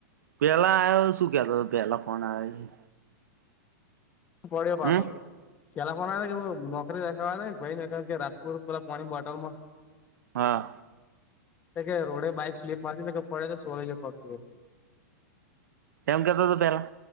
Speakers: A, on the right (about 70°); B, on the left (about 15°).
A: પેલા આવ્યો શુંકેતો પેલા ફોન આવ્યો
B: પડ્યો પાછો
A: હમ
B: પેલા ફોન આયો નોકરી રાખાવા ભાઈ કારણ કે રાજકોર પેલા પાણીની બોટલમાં
A: હા
B: કે રોડ બાઈક સ્લીપ મારીતીને પડે તો સોલાઈ ગયો પગ <inaudible>
A: એમ કેતો હતો પેલા